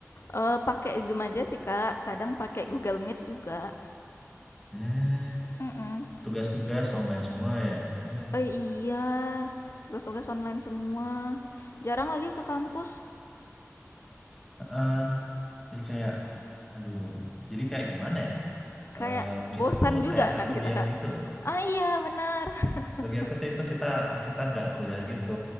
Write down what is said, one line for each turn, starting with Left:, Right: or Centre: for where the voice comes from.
Left: Eee, pakai Zoom aja sih, Kak. Kadang pakai Google Meet juga.
Centre: Hmm,
Left: Mhm.
Centre: tugas-tugas online semua ya. Eh,
Left: Eh iya, tugas-tugas online semua. Jarang lagi ke kampus,
Centre: eh, jadi kayak, aduh, jadi kayak gimana ya?
Left: kayak
Centre: Eh,
Left: bosan
Centre: kita tuh
Left: juga
Centre: kayak nggak
Left: kan
Centre: kuliah
Left: kita, Kak.
Centre: gitu loh.
Left: Ah iya, benar. <laughs>
Centre: Bagi aku sih itu kita kita nggak kuliah gitu,